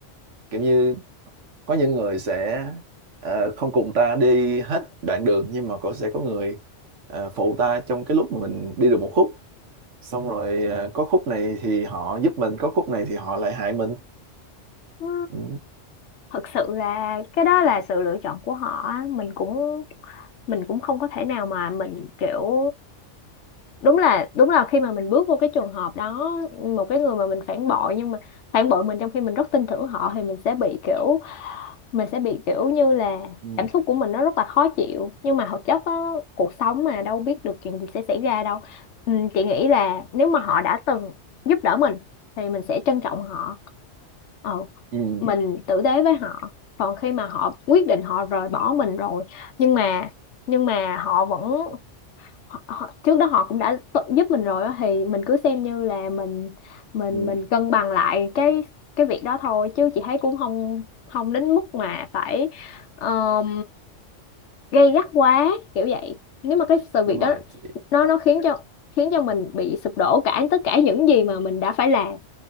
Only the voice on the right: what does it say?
kiểu như có những người sẽ ờ, không cùng ta đi hết đoạn đường nhưng mà có sẽ có người ờ, phụ ta trong cái lúc mà mình đi được một khúc xong rồi ờ, có khúc này thì họ giúp mình có khúc này thì họ lại hại mình
ừ.
Ừ.
Ừ.
Ừ.
đúng
rồi thì,